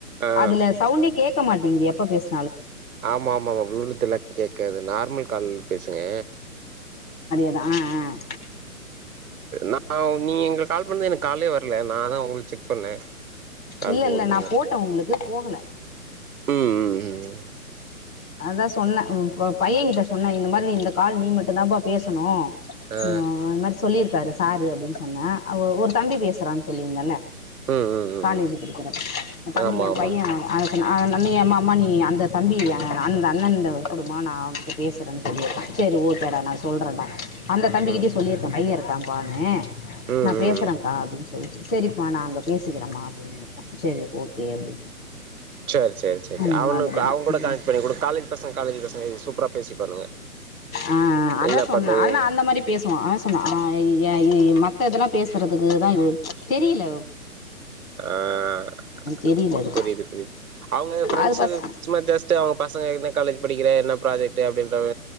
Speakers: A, on the right; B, on the left.
A: ஆ
B: அதுல சவுண்டே கேக் கமாட்டேங்கிது எப்ப பேசு
A: ஆமா ஆமாங்க ப்ளூடூத் இல்லாட்டி கேக்காது நார்மல் கால் பேசுங்க
B: ஆஹ் ஆஹ்
A: நான் நீங்க இங்க கால் பண்ணது எனக்கு காலே வரல நான் அதான் உங்களுக்கு செக் பண்ணே கால்
B: இல்ல
A: போகுது
B: இல்ல நான் போட்டேன் உங்களுக்கு போகல
A: உம் உம் உம்
B: அதான் சொன்னேன் ம் போ பையன்கிட்ட சொன்னேன் இந்த மாரி நீ இந்த கால் நீ மட்டும் தான்ப்பா பேசணு ம்
A: ஆ
B: அவன் ஒரு மாரி சொல்லியிருக்காரு சாரு அப்டின்னு சொன்னே அவ ஒரு தம்பி பேசுறான்ச்சு சொல்லிருந்தல்ல
A: ம் ம் ம்
B: காலேஜு
A: ம்
B: படிக்கிறப்ப அந்த தம்பி
A: ஆமா
B: என்
A: ஆமா
B: பையன் ஆஹ் நம்ம யேமா அம்மா நீ அந்த தம்பி அந்த அண்ணன்ட குடுமா நான் அவுங்கட்ட பேசுறேன்னு சொல்லிக்கான் சேரி ஓகேடா நான் சொல்றன்டா அந்த தம்பிக்கிட்டயே
A: ம்
B: சொல்லிருக்கான் பையன் இருக்கான் வான்னு
A: ம்
B: நான்
A: ம்
B: பேசுறன்க்கா அப்டின்னு சொல்லுச்சு சேரி மா நான் அங்க பேசிக்கிறேம்மா அப்டின்னுட்டான் சேரி ஓகே அப்டின்னு
A: சேர் சேர் சேரி
B: அந்த
A: அவனுக்கு
B: மாதிரிதா
A: அவுங் ககூட
B: ம்
A: கனெக்ட் பண்ணி கூட காலஜ் பசங்க காலேஜ் பசங்க சூப்பரா பேசிப்பானுங்க
B: ஆஹ் அதான்
A: என்ன
B: சொன்னேன்
A: பண்றீங்க
B: ஆனா அந்த மாதிரி பேசுவான் அவே சொன்ன ஆ் ஏ மத்த இதெல்லாம் பேசுறதுக்குதான் தெரியல
A: ஆஹ்
B: தெரில அது
A: புரியுது புரியுது அவங்க ப்ரண்ட்ஸு
B: அது பஸ்
A: சும்மா ஜஸ்ட் அவங்க பசங்க காலேஜ் படிக்கிற என்னப்ராஜக்டு அப்படின்றாங்க